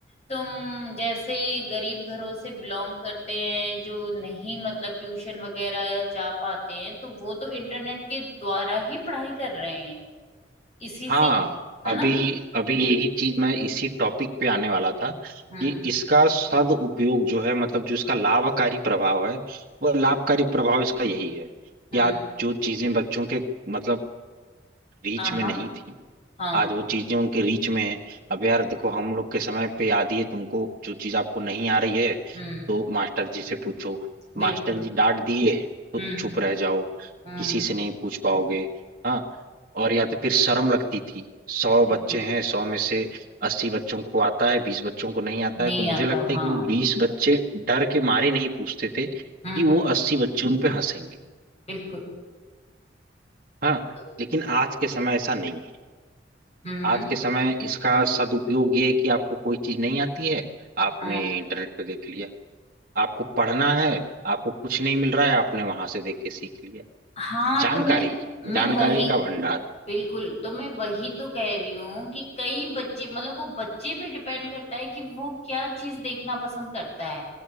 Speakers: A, on the left; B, on the right.
A: तुम जैसे गरीब घरों से बिलोंग करते हैं जो नहीं मतलब ट्यूशन वगैरह जा पाते हैं तो वो तो इंटरनेट के द्वारा ही पढ़ाई कर रहे हैं इसी
B: हाँ
A: से है
B: अभी
A: ना
B: अभी यही चीज मैं इसी टॉपिक पे आने वाला था
A: हम्म
B: कि इसका सदुपयोग जो है मतलब जो इसका लाभकारी प्रभाव है वो लाभकारी प्रभाव इसका यही है कि
A: हम्म
B: आज जो चीजें बच्चों के मतलब रीच
A: हाँ
B: में
A: हाँ
B: नहीं थी
A: हाँ
B: आज वो चीजें उनके रीच में है अब यार देखो हम लोग के समय पे आती है तुमको जो चीज आपको नहीं आ रही है
A: हम्म
B: तो मास्टर जी से पूछो
A: बिल्कुल
B: मास्टर जी डांट दिए तो
A: हम्म
B: चुप रह जाओ
A: हम्म
B: किसी से नहीं पूछ पाओगे हाँ और या तो फिर शर्म लगती थी सौ
A: बिल्कुल
B: बच्चे हैं सौ में से अस्सी बच्चों को आता है बीस बच्चों को नहीं आता
A: नहीं
B: है तो मुझे
A: आता
B: लगता
A: हाँ
B: है कि वो बीस बच्चे डर के मारे नहीं पूछते थे कि
A: हम्म
B: वो
A: हम्म
B: अस्सी बच्चे उन पे हंसेंगे
A: बिल्कुल
B: हाँ
A: तो,
B: लेकिन आज के समय ऐसा नहीं है
A: हम्म
B: आज के समय इसका सदुपयोग ये है कि आपको कोई चीज नहीं आती है आपने
A: हाँ
B: इंटरनेट पे देख लिया आपको पढ़ना है आपको कुछ नहीं मिल रहा है आपने वहां से देख के सीख लिया
A: हाँ,
B: जानकारी
A: तो मैं मैं
B: जानकारी
A: वही
B: का भंडार
A: बिल्कुल तो मैं वही तो कह रही हूँ कि कई बच्चे मतलब वो बच्चे पे डिपेंड करता है कि वो क्या चीज देखना पसंद करता है